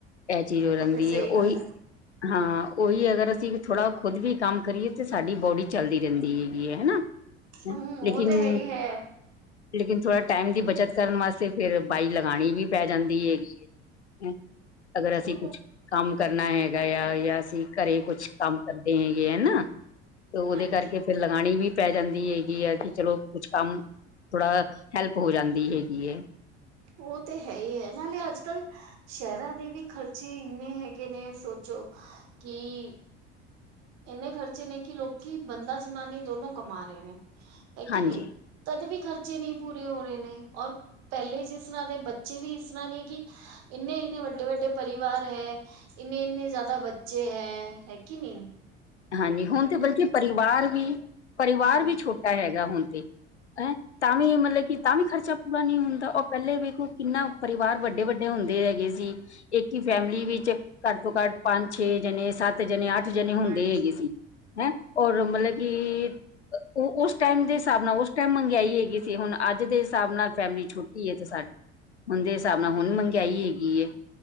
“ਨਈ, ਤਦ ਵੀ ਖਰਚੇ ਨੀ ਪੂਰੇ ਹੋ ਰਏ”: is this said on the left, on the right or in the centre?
Right